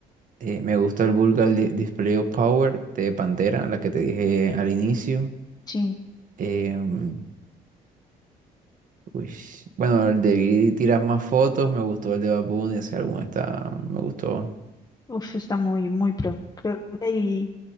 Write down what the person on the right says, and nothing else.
eh, me gusta el Vulgar Di- Display of Power de Pantera, la que te dije al inicio.
Em, uy, bueno, el de Vi tiras más fotos, me gustó el de Bad Bunny, ese álbum está, me gustó.